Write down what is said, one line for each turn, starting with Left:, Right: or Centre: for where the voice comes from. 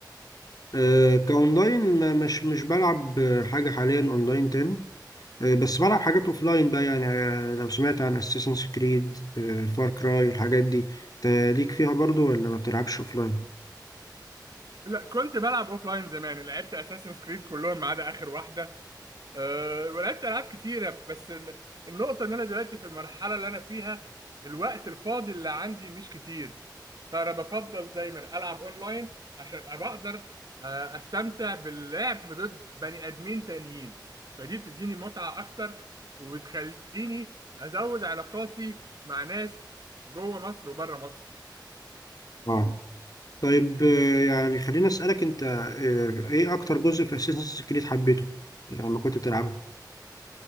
Left: آه، كأونلاين ما- مش مش بلعب حاجة حاليا أونلاين تاني آه، بس بلعب حاجات اوف لاين بقى يعني آه، لو سمعت عن اساسنز كريد فار كراي الحاجات دي انت ليك فيها برضو ولا ما بتلعبش اوف لاين
Right: لا كنت بلعب اوف لاين زمان لعبت اساسن كريد كلهم ما عدا اخر واحده أه ولعبت العاب كتيره بس ال- النقطه ان انا دلوقتي في المرحله اللي انا فيها الوقت الفاضي اللي عندي مش كتير فانا بفضل دايما العب اونلاين عشان ابقى بقدر آه، استمتع باللعب ضد بني ادمين تانيين فدي بتديني متعه اكتر وبتخليني ازود علاقاتي مع ناس جوه مصر وبره مصر
Left: اه طيب آه، يعني خليني اسالك انت آه، ايه اكتر جزء في اساسنز كريد حبيته لما كنت بتلعبها